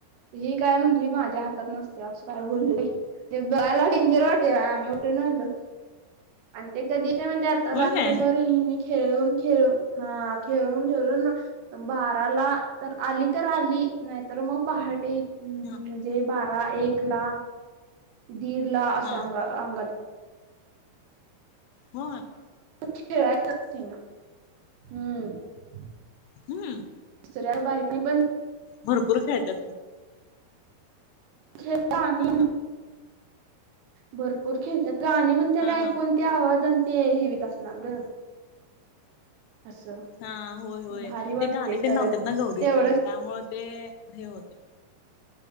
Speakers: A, on the right; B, on the left.
A: ही काय म्हटली माझ्या हातात नसत्या काय बोलल ते बलािंजेर वाटे आम्ही उठून आलो, आणि ते कधी म्हण आता रात्रभर
B: होय काय
A: णी खेळून खेळून हा खेळून, खेळून बाराला तर आली तर आली नाहीतर मग पहाटे म्हणजे
B: हा
A: बारा एक ला दीड ला अस
B: हा
A: अ अंगात
B: होय
A: खेळायच अस ना हम्म <inaudible>
B: हम्म
A: तुसऱ्या बायक पण
B: भरपूर खेळतात
A: खेळ आणि
B: हां
A: भरपूर खेळतात आणि मण त्याला
B: हा
A: ऐकून ते आवाज आणि ते हेवीत असणार ग असं
B: हा होय होय
A: भारी वाटते
B: ते गाणी त्यां
A: खरं
B: लावतात ना गौरीची
A: तेवढंच
B: त्यामुल ते हे होते